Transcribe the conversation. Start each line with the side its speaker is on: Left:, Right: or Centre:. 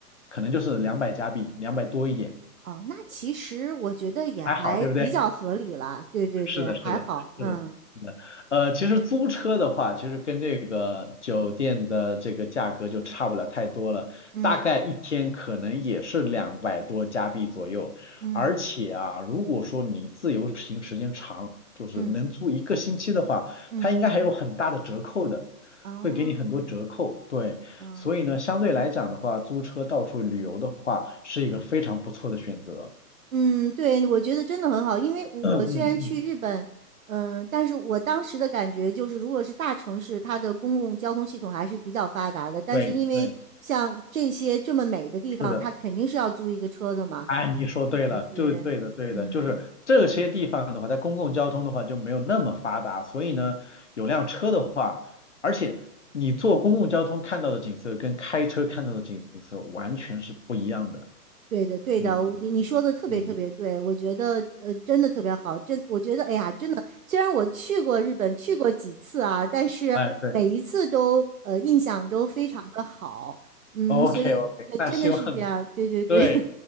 Left: 可能就是两百加币，两百多一点，
Right: 哦，那其实我觉得也还比较合理了，
Left: 还好，对不对？
Right: 对对对，
Left: 是的，
Right: 还好，
Left: 是的，是的，
Right: 嗯
Left: 是的。呃，其实租车的话，其实跟这个酒店的这个价格就差不了太多了，
Right: 嗯
Left: 大概一天可能也是两百多加币左右。
Right: 嗯
Left: 而且啊，如果说你自由行时间长，就是能租一个星期的话，
Right: 嗯嗯，
Left: 它应该还有很大的折扣的，
Right: 哦，
Left: 会给你很多折扣。对，
Right: 嗯
Left: 所以呢，相对来讲的话，租车到处旅游的话，是一个非常不错的选择。<coughs>
Right: 嗯，对，我觉得真的很好，因为我我虽然去日本，
Left: <clears throat> 嗯嗯嗯，
Right: 嗯，但是我当时的感觉就是，如果是大城市，它的公共交通系统还是比较发达的，但是因为像这些这么美的地方，
Left: 对对，是的。
Right: 它肯定是要租一个车的嘛，
Left: 哎，你说对了，
Right: 对对对，
Left: 就对的，对的，
Right: 嗯。
Left: 就是这些地方的话，在公共交通的话就没有那么发达，所以呢，有辆车的话，而且你坐公共交通看到的景色跟开车看到的景色完全是不一样的。
Right: 对的，对的，
Left: 嗯
Right: 你你说的特别特别对，
Left: 嗯，
Right: 我觉得呃，真的特别好，真我觉得哎呀，真的，虽然我去过日本，去过几次啊，但是每一次都呃印象都非常的好，
Left: 哎，对
Right: 嗯，
Left: ，OK
Right: 所以呃真的是这样，
Left: OK，那希望
Right: 对对对，
Left: 对，